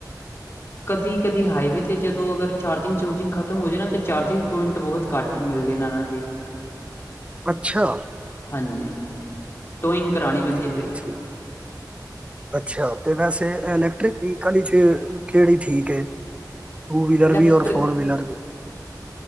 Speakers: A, on the left; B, on the right.
A: ਕਦੀ ਕਦੀ ਹਾਈਵੇ ਤੇ ਜਦੋਂ ਅਗਰ ਚਾਰਜਿੰਗ ਚੂਰਜਿੰਗ ਖਤਮ ਹੋ ਜਾਏ ਨਾ ਤਾਂ ਚਾਰਜਿੰਗ ਪੁਆਇੰਟ ਬਹੁਤ ਘੱਟ ਮਿਲਦੇ ਨੇ ਇਹਨਾਂ ਦੇ,
B: ਅੱਛਾ,
A: ਹਾਂਜੀ, ਟੋਇੰਗ ਕਰਾਣੀ ਪੈਂਦੀ
B: ਠੀਕ
A: ਫਿਰ,
B: ਠੀਕ ਅੱਛਾ ਤੇ ਵੈਸੇ ਇਲੈਕਟ੍ਰਿਕ ਵਹੀਕਲੀ ਚ ਕਿਹੜੀ ਠੀਕ ਐ? ਟੂ ਵੀਲਰ
A: ਇਲੈਕਟ੍ਰਿਕ
B: ਵੀ ਔਰ ਫੋਰ ਵੀਲਰ ਵੀ?